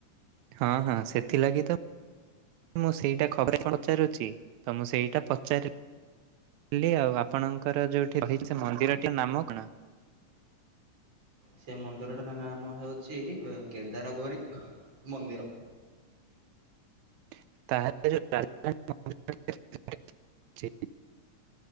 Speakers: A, on the right; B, on the right.
A: ହଁ ହଁ ସେଥିଲାଗି ତ। ମୁଁ ସେଇଟା ଖବର ପଚାରୁଛି, ତ ମୁଁ ସେଇଟା ପଚାରି ହେ ଆଉ ଆପଣଙ୍କର ଯୋଉଠି ରହିଛି ମନ୍ଦିରଟି ନାମ କଣ? <inaudible>
B: ସେ ମନ୍ଦିରଟା ନାମ ହେଉଛି- କେଦାରଗୌରି ମନ୍ଦିର।
A: <inaudible> ତାହେଲେ <unintelligible>